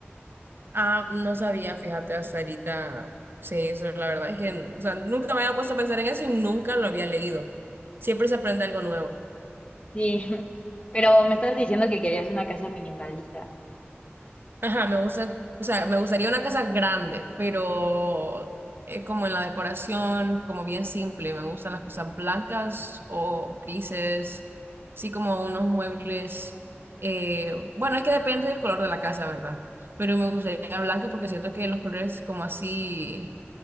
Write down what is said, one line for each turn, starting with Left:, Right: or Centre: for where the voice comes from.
Right: Ah, no sabía, fíjate, hasta ahorita. Sí, eso la verdad es que, o sea, nunca me había puesto a pensar en eso y nunca lo había leído. Siempre se aprende algo nuevo.
Left: Sí, <laughs> pero me estabas diciendo que querías una casa minimalista.
Right: Ajá, me gusta, o sea, me gustaría una casa grande, pero eh, como en la decoración, como bien simple. Me gustan las cosas blancas o grises, sí, como unos muebles. eh, bueno, es que depende del color de la casa, ¿verdad? Pero me gustaría blanca porque siento que los colores como así.